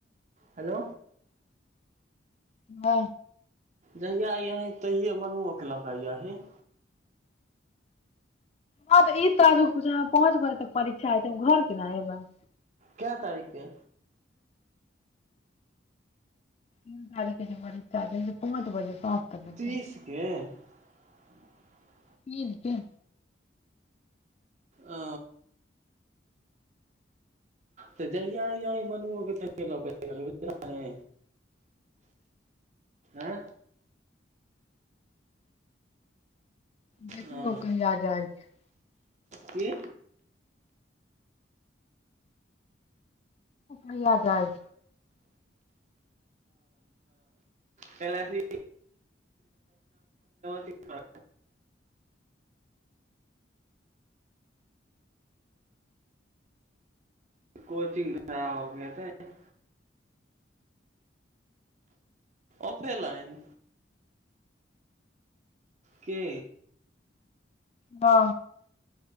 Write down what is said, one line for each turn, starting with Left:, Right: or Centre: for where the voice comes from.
Right: हेलो।
Left: हँ।
Right: जहियआ अइयही तहिए मनुओके लऽ कऽ अइयहिं
Left: हँ तऽ ईद ताजूह पहुँचबै। तक परीक्षा हेतै ओ घर केना एबै।
Right: काय तारीख के।
Left: क तारीखे छै बड़ छै पाँच बजे। सासथ दत।
Right: तीस के <unintelligible>
Left: तीन के
Right: ओ। तऽ जहिय बन तहि ल है। आँ।
Left: देखियौ
Right: हँ
Left: कहिया जा जाइ छै
Right: की।
Left: ब आ जााज।
Right: पहिलेथी <inaudible> सी कोचिंग कराओ क एतेय ओफे लाइन के।
Left: हँ।